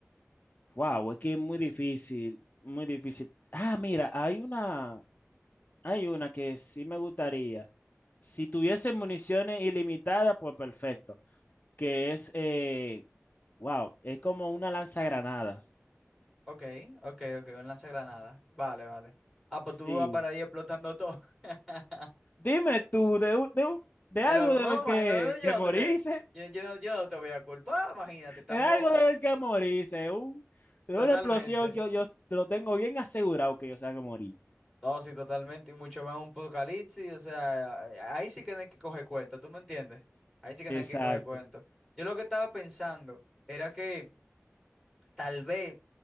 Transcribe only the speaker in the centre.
Ok, ok, ok, un lanzagranada. Vale, vale. Ah, pues
tú vas para ahí explotando todo. <laughs>
El
loco,
no,
man, no, no, yo
no
te voy a, yo, yo no, yo no te voy a culpar, imagínate, estamos
totalmente.
No, sí, totalmente, y mucho más un apocalipsis, o sea, a- ahí sí que no hay que coger cuenta, ¿tú me entiendes? Ahí sí que
no hay que coger cuenta. Yo lo que estaba pensando era que tal vez